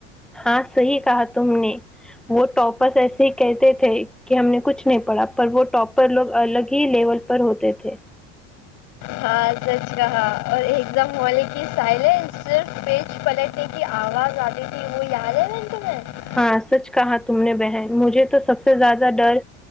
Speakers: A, in the centre; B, on the left.
A: ہاں صحیح کہا تم نے وہ ٹاپرس ایسے ہی کہتے تھے کہ ہم نے کچھ نہیں پڑھا پر وہ ٹاپر لوگ الگ ہی لیول پر ہوتے تھے
B: ہاں سچ کہااں اور ایک دم ہوالے کی سائلینس صرف پیج پلٹنے کی آواز آتی تھی وہ یاد ہے تمہیں
A: ہاں سچ کہا تم نے بہن مجھے تو سب سے زیادہ ڈر